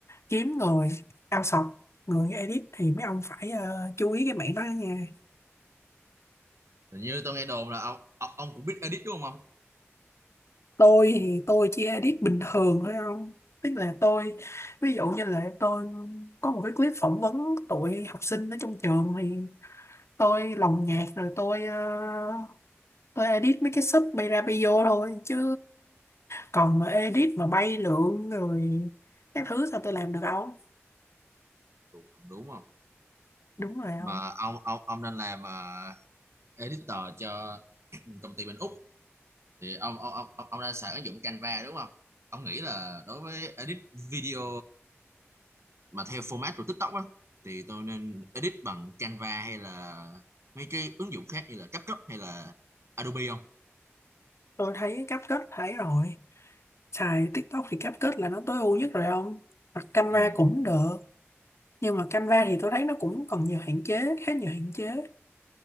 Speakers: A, on the left; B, on the right.
A: kiếm người outsource người edit thì mấy ông phải ờ, chú ý cái mảng đó nha
B: Hình như tôi nghe đồn là ông ông, ông cũng biết edit đúng không ông
A: tôi thì tôi chỉ edit bình thường thôi không tức là tôi ví dụ như là tôi có một cái clip phỏng vấn tụi học sinh ở trong trường thì tôi lồng nhạc rồi tôi ờ, tôi edit mấy cái sub bay ra bay vô thôi chứ còn mà edit mà bay lượn rồi các thứ sao tôi làm được không
B: cũng, cũng đúng không
A: đúng rồi
B: mà
A: không
B: ông ông ông nên làm ờ, editor cho công ty bên Úc thì ông ông ông ông ông đang xài ứng dụng Canva đúng không? Ông nghĩ là đối với edit video mà theo format của TikTok á thì tôi nên edit bằng Canva hay là mấy cái ứng dụng khác như là CapCut hay là Adobe không?
A: tôi thấy cáp kết thấy rồi xài TikTok thì CapCut là nó tối ưu nhất rồi ông hoặc Canva
B: Ừ.
A: cũng được nhưng mà Canva thì tôi thấy nó cũng còn nhiều hạn chế khá nhiều hạn chế